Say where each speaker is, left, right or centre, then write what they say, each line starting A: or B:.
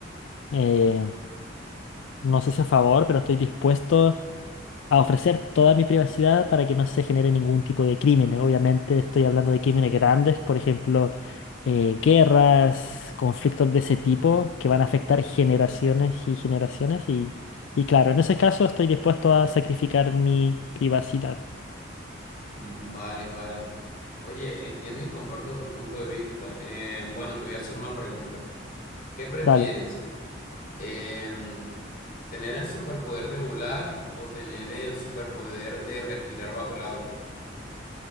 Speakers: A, on the left; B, on the left.
A: eh, no sé si a favor, pero estoy dispuesto a ofrecer toda mi privacidad para que no se genere ningún tipo de crimen. Obviamente estoy hablando de crímenes grandes, por ejemplo, eh, guerras, conflictos de ese tipo que van a afectar generaciones y generaciones y, y claro, en ese caso estoy dispuesto a sacrificar mi privacidad.
B: Mm, vale, vale. Oye, entiendo y comparto tu punto de vista. Eh, bueno, te voy a hacer una pregunta. ¿Qué prefieres?
A: Dale.
B: Em, ¿tener el superpoder de volar o tener el superpoder de respirar bajo el agua?